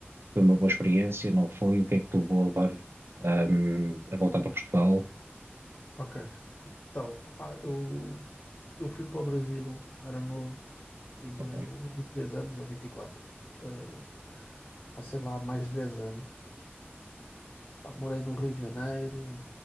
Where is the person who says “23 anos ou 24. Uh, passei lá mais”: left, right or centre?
Left